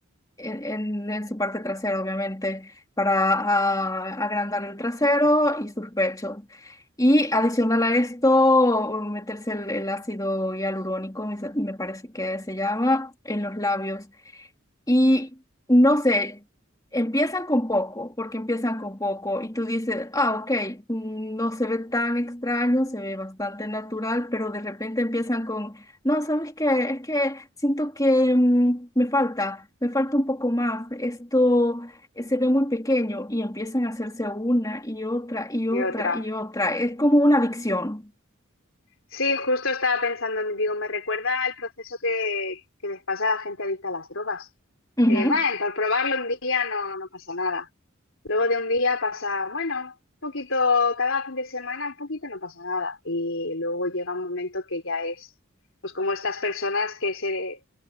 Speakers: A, on the left (about 20°); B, on the left (about 70°).
A: en, en- en su parte trasera, obviamente, para ah, agrandar el trasero y sus pechos. Y adicional a esto, meterse el, el ácido hialurónico, me, sa- me parece que se llama, en los labios. Y no sé, empiezan con poco, porque empiezan con poco y tú dices, ah, ok, mm, no se ve tan extraño, se ve bastante natural, pero de repente empiezan con, no, ¿sabes qué? Es que siento que mm, me falta, me falta un poco más, esto eh, se ve muy pequeño y empiezan a hacerse una y otra y
B: Y
A: otra
B: otra.
A: y otra. Es como una adicción.
B: Sí, justo estaba pensando, digo, me recuerda al proceso que, que les pasa a la gente adicta a las drogas.
A: Ujú.
B: Eh, bueno, por probarlo un día no, no pasa nada. Luego de un día pasa, bueno, un poquito, cada fin de semana un poquito no pasa nada. Y luego llega un momento que ya es, pues como estas personas que se,